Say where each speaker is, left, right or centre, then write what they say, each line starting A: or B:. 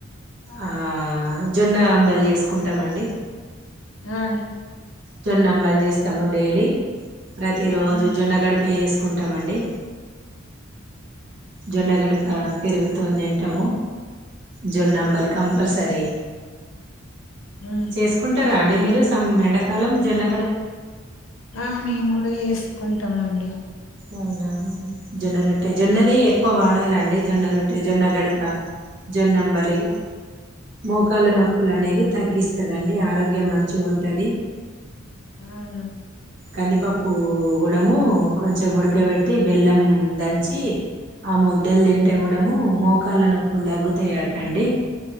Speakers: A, on the right (about 60°); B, on the left (about 70°).
A: ఆ జొన్న అంబల్ చేస్ కుంటామండి
B: ఆ
A: జొన్న అంబల్ చేస్తాము డైలీ ప్రతి రోజు
B: ఉమ్
A: జొన్నగడకయ చేసుకుంటామండి జొండగడక పెరుగుతోన్ తింటాము జొన్నంబలి కంపల్సరీ
B: ఉమ్
A: చేసుకుంటారా అండి మీరు తం ఎండకాలం జన్న
B: ఆ మేము గుడ చెస్కుంటాం అండి
A: అవునా జొన్నారోట్ టె జొన్నది ఎక్కువ వాడ్ డాలండి జొన్న రొట్టె జొన్న గడక జొన్నంబలి
B: ఆ
A: మోకాల నొప్పుల్
B: అవును
A: అనేది తగ్గిస్ సదండి ఆరోగ్యం మంచిగా ఉంటది
B: అవును
A: కందిపప్పు గుడము కొంచెం ఉడకబెట్టి బెల్లం దంచి ఆ ముద్దల్ తింటే గుడము మోకాళ్ల నొప్పుల్ దగ్గుతాయ్ అట్ అండి